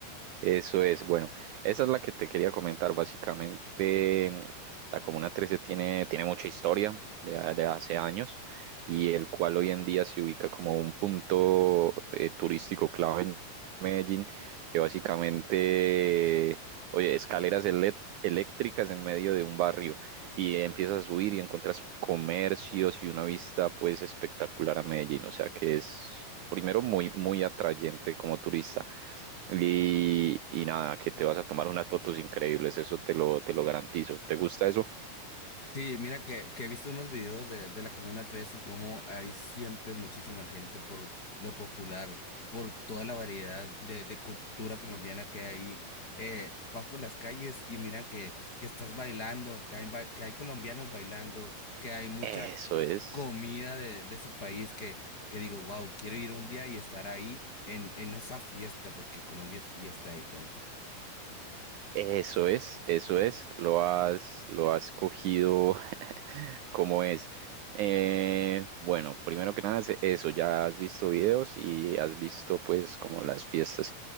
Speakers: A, on the right; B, on the left.
A: Eso es, bueno, esa es la que te quería comentar. Básicamente, mm, la Comuna Trece tiene, tiene mucha historia de, a- de hace años y el cual hoy en día se ubica como un punto eh, turístico clave en Medellín, que básicamente, oye, escaleras ele- eléctricas en medio de un barrio y empiezas a subir y encuentras comercios y una vista pues espectacular a Medellín, o sea que es primero muy, muy atrayente como turista. Y, y nada, que te vas a tomar unas fotos increíbles, eso te lo, te lo garantizo. ¿Te gusta eso?
B: Sí, mira que, que he visto unos videos de, de la Comuna 13 y cómo hay siempre muchísima gente por lo popular, por toda la variedad de, de cultura colombiana que hay ahí. Eh, vas por las calles y mira que, que estás bailando, que hay, ba- que hay colombianos bailando, que hay mucha,
A: Eso es,
B: comida de, de su país que, que digo, wow, quiero ir un día y estar ahí en, en esa fiesta, porque Colombia es fiesta de cuenta.
A: eso es, eso es. Lo has, lo has cogido <laughs> como es. Eh, bueno, primero que nada, es eso, ya has visto videos y has visto pues como las fiestas.